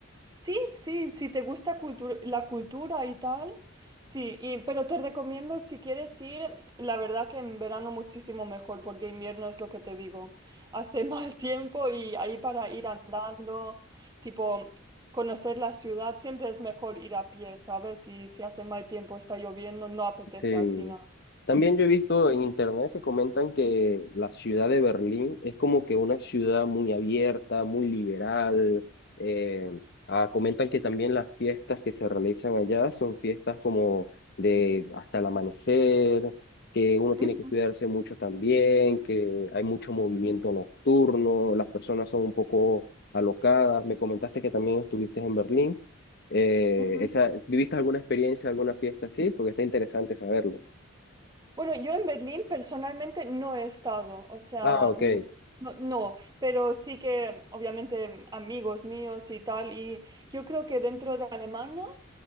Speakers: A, on the right; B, on the left.
A: Sí, sí, si te gusta cultu- la cultura y tal, sí, y- pero te recomiendo si quieres ir, la verdad que en verano muchísimo mejor, porque invierno es lo que te digo, hace <laughs> mal tiempo y ahí para ir andando, tipo conocer la ciudad, siempre es mejor ir a pie, ¿sabes? Y si hace mal tiempo, está lloviendo, no apetece
B: Sí.
A: al final.
B: También yo he visto en internet que comentan que la ciudad de Berlín es como que una ciudad muy abierta, muy liberal. eh, ah, comentan que también las fiestas que se realizan allá son fiestas como de hasta el amanecer, que uno tiene
A: Ujú,
B: que cuidarse mucho también, que hay mucho movimiento nocturno, las personas son un poco alocadas. Me comentaste que también estuviste en Berlín. Eh,
A: ujú.
B: esa, ¿viviste alguna experiencia, alguna fiesta así? Porque está interesante saberlo.
A: Bueno, yo en Berlín personalmente no he estado, o sea,
B: Ah, ok.
A: no, no, no, pero sí que obviamente amigos míos y tal, y yo creo que dentro de Alemania,